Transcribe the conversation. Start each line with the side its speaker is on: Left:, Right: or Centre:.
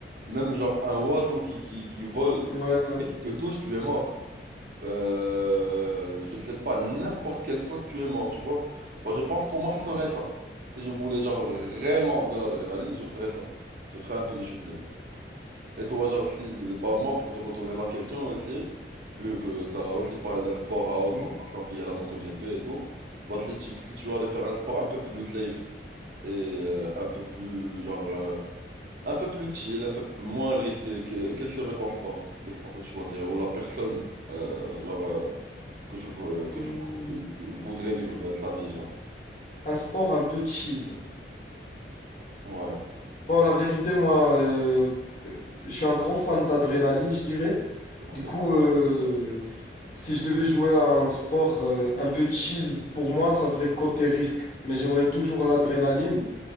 Right: Même genre un oiseau qui, qui, qui vole,
Left: Ouais. euh,
Right: te touche, tu es mort. Euh, je sais pas, n'importe quelle faute, tu es mort, tu vois. Bah, je pense pour moi, ça serait ça. Si je voulais, genre, vraiment de l'adrénaline, je ferais ça. Je ferais un peu de chute libre. Et toi, genre, si, bah, moi, pour te retourner la question aussi, vu que t'as aussi parlé d'un sport à haute
Left: hmm.
Right: sensation qui est la MotoGP et tout, bah, si tu, si tu allais faire un sport un peu plus safe et euh, un peu plus, genre, euh, un peu plus chill, un peu p- moins risqué. que- quel serait ton sport? Le sport que tu choisirais ou la personne euh, genre, euh, que tu, vou- euh, que
Left: Hmm,
Right: tu euh, voudrais vivre sa vie, genre.
Left: Un sport un peu chill.
Right: Ouais.
Left: Bon, la vérité, moi, euh, euh, je suis un grand fan d'adrénaline, je dirais.
Right: Donc on
Left: Du
Right: sait
Left: coup,
Right: pas.
Left: euh, Si je devais jouer à un sport euh, un peu chill, pour moi, ça serait côté risque. Mais j'aimerais toujours l'adrénaline.